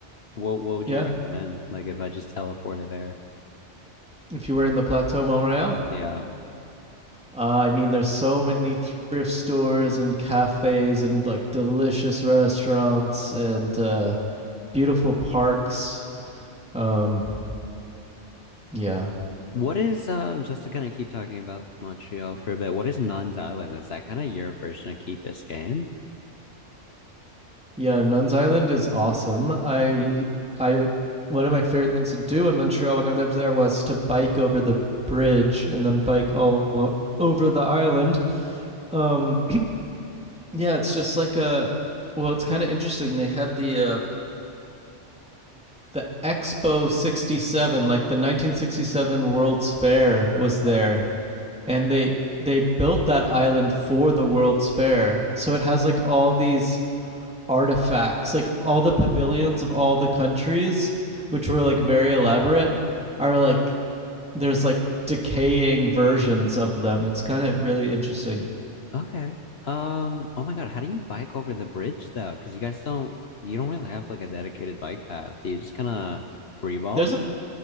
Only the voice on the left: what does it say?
what what would
you recommend? Like, if I just teleported there?
Yeah.
What is um just to kind of keep talking about Montreal for a bit, what is Nuns Island? Is that kind of your version of Key Biscayne?
Yeah.
Okay. Um, oh my God, how do you bike over the bridge though? Because you guys don't you don't really have like a dedicated bike path. Do you just kind of freeball